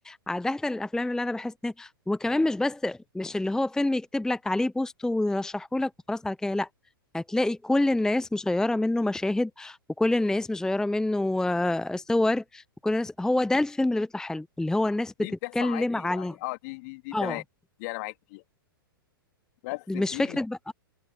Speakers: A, in the centre; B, on the left.
A: عاده الافلام اللي انا بحس ان وكمان مش بس مش اللي هو فيلم يكتب لك عليه بوست ويرشحه لك وخلاص على كده لا هتلاقي كل الناس مشيره منه مشاهد وكل الناس مشيره منه آه، صور وكل الناس هو ده الفيلم اللي بيطلع حلو اللي هو الناس بتتكلم
B: دي بتحصل معايا كتير
A: على
B: يعني اه دي دي دي تمام
A: اه
B: دي انا معاك فيها بس
A: مش
B: في
A: فكره بقى